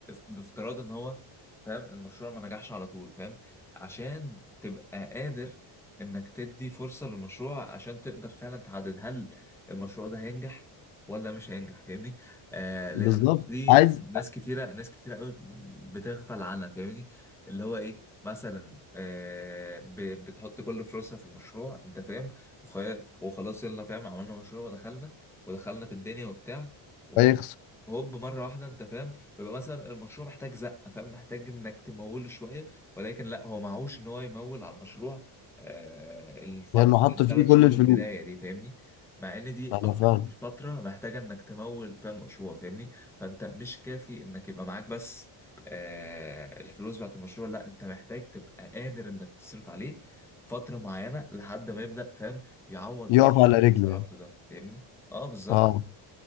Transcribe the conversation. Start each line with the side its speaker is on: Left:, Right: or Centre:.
Centre: بافتراض ان هو فاهم المشروع ما نجحش على طول فاهم عشان تبقى قادر انك تدي فرصة للمشروع عشان تقدر فعلا تحدد هل المشروع ده هينجح ولا مش هينجح فاهمني آه لان
Left: بالظبط
Centre: النقطة دي
Left: عايز
Centre: ناس كتيرة ناس كتيرة قوي بتغفل عنها فاهمني اللي هو ايه مثلا آه، ب- بتحط كل فلوسها في المشروع انت فاهم وخي- وخلاص يلا فاهم عملنا مشروع ودخلنا ودخلنا في الدنيا وبتاع وهوب
Left: هيخسر
Centre: هوب مره واحده انت فاهم بيبقى مثلا المشروع محتاج زقه فاهم محتاج انك تموله شويه ولكن لا هو معهوش ان هو يمول على المشروع آه، الفتره
Left: لأنه حط
Centre: الثلاث
Left: فيه
Centre: شهور
Left: كل الفلوس
Centre: البدايه دي فاهمني مع ان دي
Left: أنا
Centre: اكتر
Left: فاهم
Centre: فتره محتاجه انك تمول فيها المشروع فاهمني فانت مش كافي انك يبقى معاك بس آه، الفلوس بتاعت المشروع لا انت محتاج تبقى قادر انك تصرف عليه فترة معينة لحد ما يبدأ فاهم يعوض
Left: يقف
Centre: الدخل
Left: على
Centre: اللي انت
Left: رجله
Centre: صرفته
Left: يعني
Centre: ده فاهمني؟ اه بالظبط
Left: أه